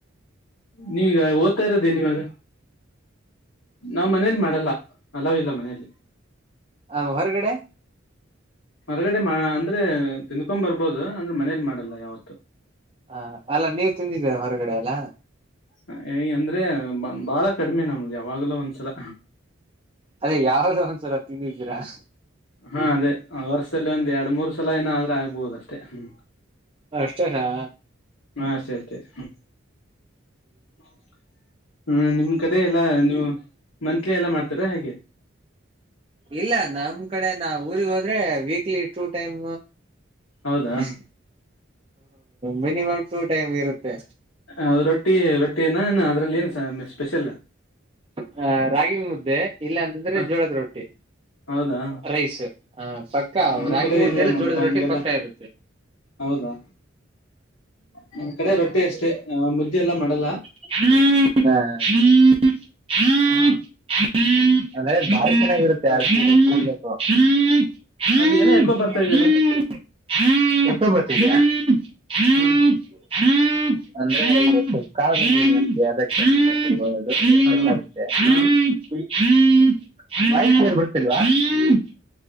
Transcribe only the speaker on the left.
ನೀವೀಗ ಓದ್ತಾ ಇರೋದ ಏನ್ ಇವಾಗ. ನಾವ್ ಮನೇಲಿ ಮಾಡಲ್ಲ ಅಲವ್ ಇಲ್ಲ ಮನಲಿ.
ಹೊರಗಡೆ ಮಾ ಅಂದ್ರೆ ತಿನ್ಕೋನ ಬರ್ಬೋದು ಅಂದ್ರೆ ಮನೇಲಿ ಮಾಡಲ್ಲ ಯಾವತ್ತು.
<unintelligible> ಅಂದ್ರೆ ಬ ಬಾಳ ಕಡಿಮೆ ನಮ್ದ ಯಾವಾಗ್ಲೋ ಒಂದ್ಸಲ.
ಹಾ ಅದೇ ವರ್ಷದಲ್ಲಿ ಒಂದ್ ಎರಡ್ ಮೂರ್ ಸಲ ಏನ ಆದ್ರೆ ಆಗಬೋದ್ ಅಷ್ಟೇ. <unintelligible>
ಹಾ ಅಷ್ಟೇ ಅಷ್ಟೇ. <unintelligible> <unintelligible> ನಿಮ್ ಕಡೆ ಎಲ್ಲಾ ನೀವು ಮಂತ್ಲಿ ಎಲ್ಲ ಮಾಡ್ತಾರಾ ಹೇಗೆ.
ಹೌದಾ
ದು <unintelligible> ರೊಟ್ಟಿ ರೊಟ್ಟಿ <unintelligible> ಅದ್ರಲ್ಲಿ ಏನು <unintelligible> ಸ್ಪೆಷಲ್.
ಹ
ಹೌದಾ
ನಮ್
ಕಡೆ
ನೋಡಪಾ
ಹಂಗೆಲ್ಲ
ಹೌದಾ ನಮ್ ಕಡೆ ರೊಟ್ಟಿ ಅಷ್ಟೇ ಮುದ್ದಿ <unintelligible> ಎಲ್ಲ ಮಾಡಲ್ಲ.
ಹಾ
ರೈ
ಅದು ಏನೋ ಎಕೋ ಬರ್ತಾ ಇದೆಯಲ್ಲ ಹ್ಮ್
ಹಲೋ
ಹ